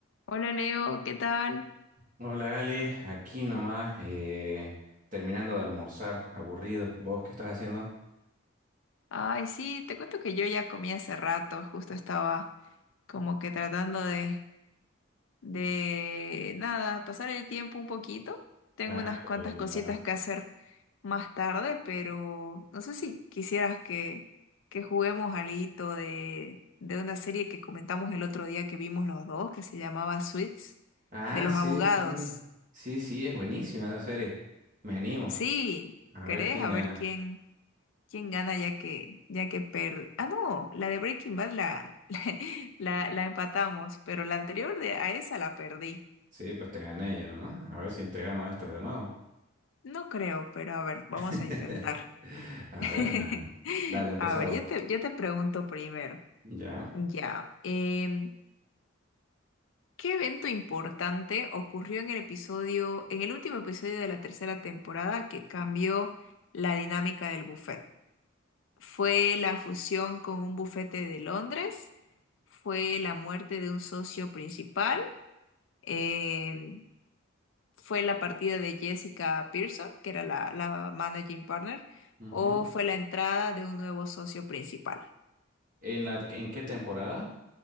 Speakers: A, on the left; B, on the right.
A: Hola Leo, ¿qué tal?
B: Hola Ali, aquí nomás, eh, terminando de almorzar, aburrido. ¿Vos qué estás haciendo?
A: Ay, sí, te cuento que yo ya comí hace rato, justo estaba como que tratando de, de, nada, pasar el tiempo un poquito. Tengo
B: Ah,
A: unas cuantas
B: ya,
A: cositas
B: ya,
A: que hacer más tarde, pero no sé si quisieras que, que juguemos alito de, de una serie que comentamos el otro día que vimos los dos, que se llamaba Suits,
B: Ah,
A: de los
B: sí,
A: abogados.
B: sí. Sí, sí, es buenísima esa serie. Me animo.
A: Sí,
B: A
A: ¿querés?
B: ver quién
A: A
B: gana.
A: ver quién. ¿Quién gana ya que, ya que per... Ah, no, la de Breaking Bad la, <laughs> la, la empatamos, pero la anterior de, a esa la perdí.
B: Sí, pues te gané yo, ¿no? A ver si te gano esta de nuevo.
A: No creo, pero a ver, vamos
B: <laughs>
A: a intentar.
B: A
A: <laughs>
B: ver, no. Dale, empezamos.
A: A ver, yo te, yo te pregunto primero.
B: Ya.
A: Ya, em, ¿qué evento importante ocurrió en el episodio, en el último episodio de la tercera temporada que cambió la dinámica del buffet? fue la fusión con un bufete de Londres, fue la muerte de un socio principal, eh, fue la partida de Jessica Pearson, que era la, la managing partner,
B: ujú.
A: o fue la entrada de un nuevo socio principal
B: ¿En la, en qué temporada?